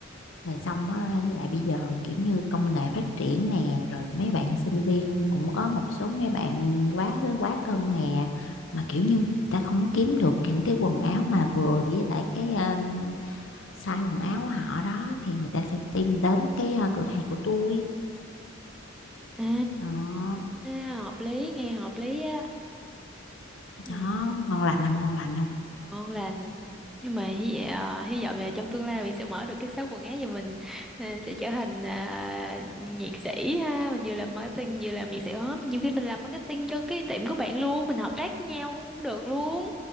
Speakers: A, on the left; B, in the centre.
A: rồi xong á với lại bây giờ kiểu như công nghệ phát triển nè rồi mấy bạn sinh viên cũng có một số mấy bạn quá quá cân nè mà kiểu như người ta không có kiếm được những cái quần áo mà vừa với lại cái ờ, size quần áo của họ đó thì người ta sẽ tìm đến cái ờ, cửa hàng của tôi
B: à
A: Đó,
B: hợp lý nghe hợp lý á ừ
A: đó, ngon lành không, ngon lành không?
B: ngon lành nhưng mà hy vọng, ờ, hy vọng là trong tương lai mình sẽ mở được cái shop quần áo và mình ờ, sẽ trở thành à, nhiệt sĩ ha mình vừa làm marketing vừa làm nhiệt sĩ hết nhiều khi mình làm marketing cho cái tiệm của bạn luôn mình hợp tác với nhau cũng được luôn